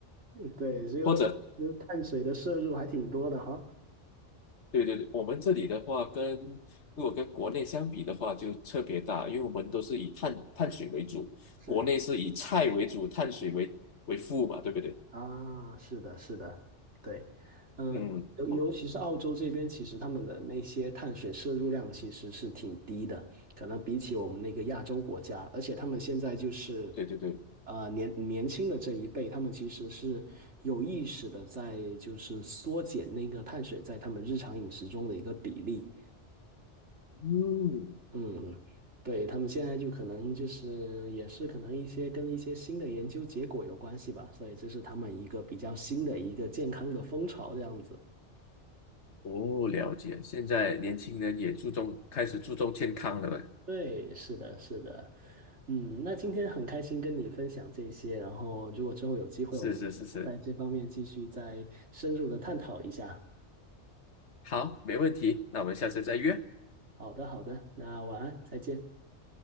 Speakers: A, on the right; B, on the left.
A: 对，所以就是碳水的摄入还挺多的哈。
B: 或者，对对对，我们这里的话跟，如果跟国内相比的话，就特别大，因为我们都是以碳碳水为主，
A: 是。
B: 国内是以菜为主，碳水为为辅嘛，对不对？
A: 啊，是的，是的，对，呃，
B: 嗯，
A: 尤尤其是澳洲这边，
B: 哦，
A: 其实他们的那些碳水摄入量其实是挺低的，可能比起我们那个亚洲国家，而且他们现在就是，
B: 对对对，
A: 呃，年年轻的这一辈，他们其实是有意识的在就是缩减那个碳水在他们日常饮食中的一个比例，
B: 嗯，
A: 嗯，对，他们现在就可能就是也是可能一些跟一些新的研究结果有关系吧，所以这是他们一个比较新的一个健康的风潮这样子。
B: 哦，了解。现在年轻人也注重，开始注重健康了呗。
A: 对，是的，是的，嗯，那今天很开心跟你分享这些，然后如果之后有机会，
B: 是是是是，
A: 我们在这方面继续再深入的探讨一下。
B: 好，没问题。那我们下次再约，
A: 好的，好的，那晚安，再见。